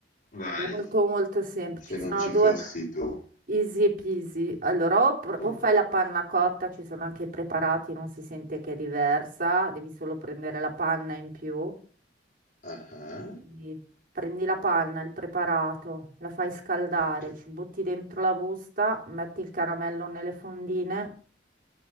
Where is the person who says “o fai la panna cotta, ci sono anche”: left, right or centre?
Right